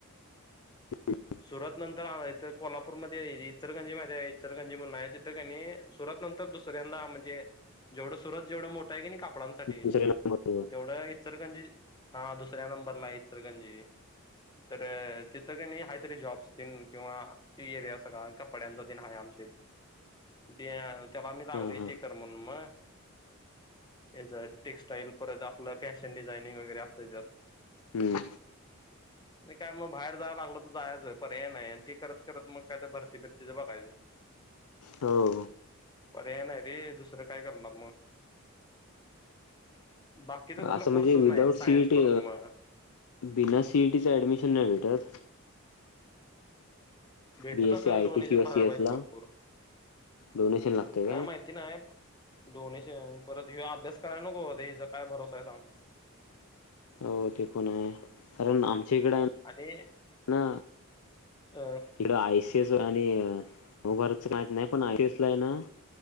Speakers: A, on the left; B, on the left.
A: <inaudible>
B: सुरत नंतर इथ कोल्हापूरमध्ये इचरगंजी मा इचरगंजी म्हणून आहे तिथं काणी सुरत नंतर दुसऱ्यांदा म्हणजे जेवढं सुरत जेवढं मोठं आहे क काप डांसाठी
A: दुसऱ्या नंबरवर
B: तेवढं इचलकरंजी हा दुस सऱ्या नंबरला आहे इचलकरंजी. तर तिथं का नाही काहीतरी जॉब्स तेन किंवा ती एरिया सगळा कपड्यांचा तेन आहे आमच्या ते त्याला मी लागलो
A: हा
B: इ
A: हा
B: तेे कर म्हणून मग. याच टेक्स्टाईल परत आपलं फॅशन डिझाइनिंग वगैरे असत त्यात.
A: हम्म.
B: आणि काय मग बाहेर जावं लागलं तर जायचंय पर्याय नाही आणि ते करत करत मग काय तर भरती भिरतीच बघायचं.
A: हो.
B: पर्याय नाही रे दुसरं काय करणार मग. बाकीचा कुठला
A: असं
B: कोर्सच
A: म्हणजे विदाउट
B: नाही आहेत
A: सीईटी
B: सायन्स करून मग
A: बना सीईटीच ॲडमिशन नाही भेटत.
B: भेटत
A: बीएससी
B: असेल
A: आय
B: डोनेशन
A: टी किंवा
B: भराय
A: सीएसला
B: पाहिजे भरपूर
A: डोनेशन लागतंय
B: काय माहिती नाही. डोनेशन परत ह्यो अभ्यास कराय नको हेचा काय भरोसा आहे सांग?
A: हो ते पण आहे. कारण आमच्या इकडं
B: मग
A: आहे
B: आणि
A: ना
B: अ
A: इकडं आय. सी आणि वरचं माहीत नाही पण <unintelligible> ना